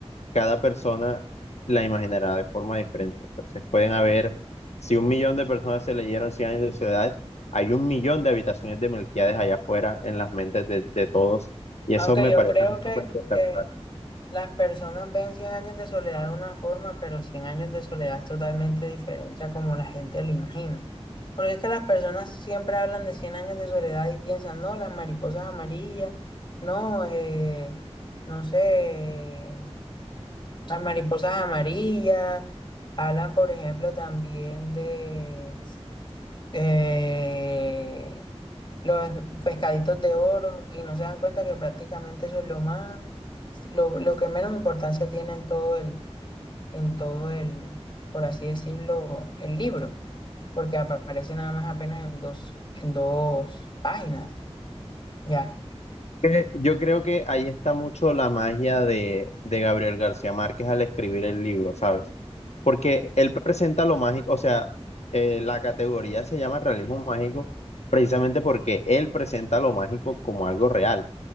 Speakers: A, on the left (about 80°); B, on the left (about 45°).
A: cada persona la imaginará de forma diferente. Entonces pueden haber, si un millón de personas se leyeron cien años de soledad, hay un millón de habitaciones de Melquíades allá afuera en las mentes de, de todos. Y eso
B: Aunque
A: me
B: yo
A: parece
B: creo
A: a mí
B: que,
A: súper espectacular.
B: que las personas ven cien años de soledad de una forma, pero cien años de soledad es totalmente diferente a como la gente lo imagina. Porque es que las personas siempre hablan de cien años de soledad y piensan, no, las mariposas amarillas, no, eh, no sé. Las mariposas amarillas, hablan, por ejemplo, también de eh, los pescaditos de oro y no se dan cuenta que prácticamente eso es lo más, lo, lo que menos importancia tiene en todo el, en todo el, por así decirlo, el libro, porque aparece nada más apenas en dos, en dos páginas, ya,
A: que Yo creo que ahí está mucho la magia de, de Gabriel García Márquez al escribir el libro, ¿sabes? Porque él presenta lo mágico, o sea, eh, la categoría se llama realismo mágico precisamente porque él presenta lo mágico como algo real.